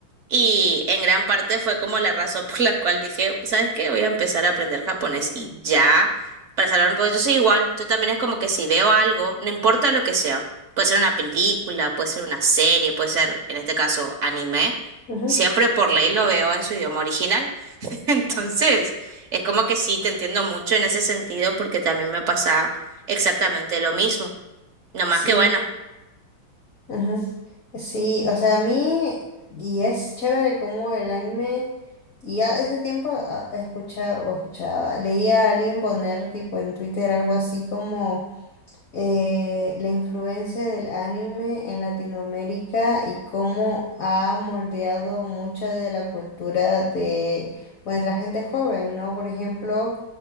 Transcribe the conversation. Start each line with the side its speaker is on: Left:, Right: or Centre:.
Right: Y en gran parte fue como la razón <laughs> por la cual dije, ¿sabes qué? Voy a empezar a aprender japonés y ya, para salvarme, porque yo soy igual, yo también es como que si veo algo, no importa lo que sea, puede ser una película, puede ser una serie, puede ser, en este caso, anime,
Left: ujú.
Right: siempre por ley lo veo en su idioma original. <laughs> Entonces, es como que sí, te entiendo mucho en ese sentido porque también me pasa exactamente lo mismo. no
Left: Sí,
Right: más que bueno.
Left: ujú. Sí, o sea, a mí, y es chévere como el anime, y ya ese tiempo ah, escuchaba o escuchaba, leía a alguien poner tipo en Twitter algo así como eh, la influencia del anime en Latinoamérica y cómo ha moldeado mucha de la cultura de, pues, la gente joven, ¿no? Por ejemplo,